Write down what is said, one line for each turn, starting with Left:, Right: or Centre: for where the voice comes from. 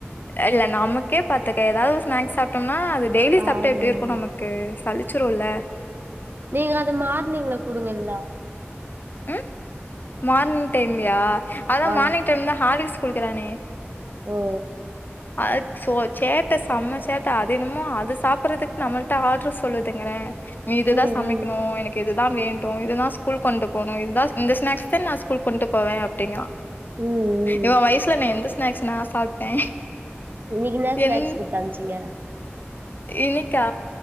Left: அல்ல நமக்கே பாத்துக்க எதாது ஸ்நாக் சாப்ட்டோ ன்னா அதுடெய்லி
Right: ஆமா
Left: சாப்ட்டா எப்டி ருக்கு
Right: ஆமா
Left: நமக்கு சலி ச்சுருல்ல
Right: நீங்க அது மார்னிங்ல குடுங்க இல்னா
Left: உம் மார்னிங் டைம்ல யா அதா
Right: ஆ
Left: மார்னிங் டைம் தா ஹார்லிக்ஸ் குடிக்கறானே
Right: ஓ ஓ
Left: அச் சோ சேட்ட செம்ம சேட்ட அதென்னமோ அது சாப்பிடறதுக்கு நம்மள்ட்ட ஆர்டர் சொல்லுதுங்கறேன் நீ இதுதான்
Right: ம்
Left: சமைக்கணு
Right: ம்
Left: எனக்கு இது தா வேண்டு இதுதா ஸ்கூல்க் கொண்டு போனு இதுதா இந்த ஸ்நாக்ஸ் ச நா ஸ்கூல்க் கொண்டு போவே அப்டினா
Right: ம் ம்
Left: இவ வயசுல நா எந்த ஸ்நாக்ஸ் நா சாப்ட்டே
Right: இன்னைக்கு என்ன ஸ்நாக்ஸ்
Left: என்
Right: குடுத்து அனுப்ச்சீங்க
Left: இன்னிக்கா